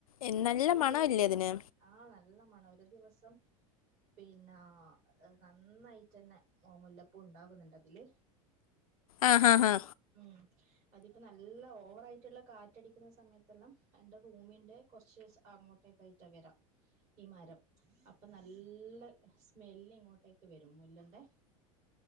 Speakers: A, on the left; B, on the right.
A: എ- നല്ല
B: ഒരു
A: മണമല്ലേ
B: ദിവസം
A: അതിന്
B: ആഹ് നല്ല മണം ഒരു ദിവസം പിന്ന ആഹ് നന്നായിട്ടെന്നെ മുല്ലപ്പൂ ഇണ്ടാവുന്നുണ്ട് അതില്
A: ആഹ് ഹാ ഹാ
B: ഉം അതിപ്പോ നല്ല ഓവറായിട്ട ട്ട്ള്ള കാറ്റടിക്കുന്ന സമയത്തെല്ലാം എന്റെ റൂമിന്റെ കുറച്ച് അങ്ങോട്ടേക്കായിട്ടാ വരാ ഈ മരം അപ്പൊ നല്ല സ്മെല്ല് ഇങ്ങോട്ടേക്ക് വരും മുല്ലന്റെ